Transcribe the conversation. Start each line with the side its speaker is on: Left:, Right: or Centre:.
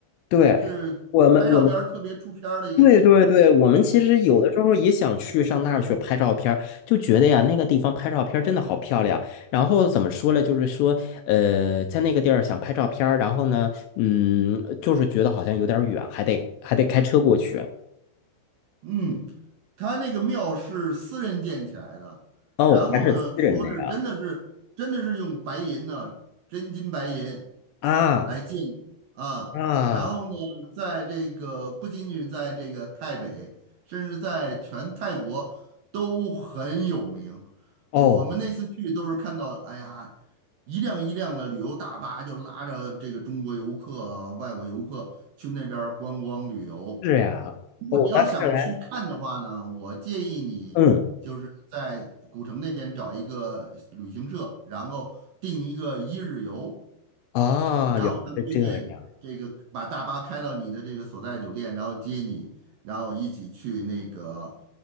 Left: 对，
Right: 是拍照片儿特别出片儿的一个地方。
Left: 我们我们对对对，我们其实有的时候也想去上那儿去拍照片儿，
Right: 嗯，
Left: 就觉得呀，那个地方拍照片儿真的好漂亮。然后怎么说呢？就是说，呃，在那个地儿想拍照片儿，然后呢，嗯，就是觉得好像有点儿远，还得还得开车过去。
Right: 嗯，他那个庙是私人建起来的，
Left: 哦，
Right: 然后呢，
Left: 还是私人的呀？
Right: 说是真的是真的是用白银呢、真金白银
Left: 啊
Right: 来建的啊，
Left: 啊，
Right: 然后呢，在这个不仅仅在这个泰北，甚至在全泰国都很有名。
Left: 哦，
Right: 我们那次去都是看到，哎呀，一辆一辆的旅游大巴就拉着这个中国游客啊、外国游客去那边儿观光旅游。
Left: 是呀，
Right: 如果你要想去看的话呢，
Left: 哦，那看来，
Right: 我建议你就是在古城那边找一个旅行社，
Left: 嗯，
Right: 然后定一个一日游，
Left: 啊，
Right: 然后他们就会这个把大巴开到你的这个所在酒店，
Left: 原来是这样，
Right: 然后接你，然后一起去那个